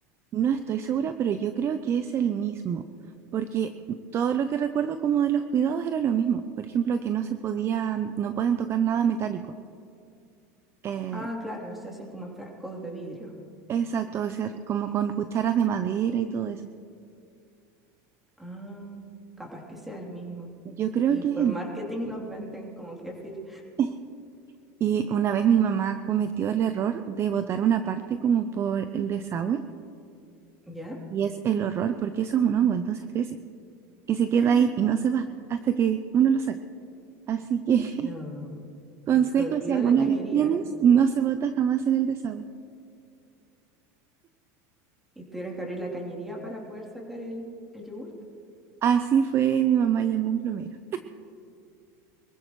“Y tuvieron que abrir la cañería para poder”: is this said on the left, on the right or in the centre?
Centre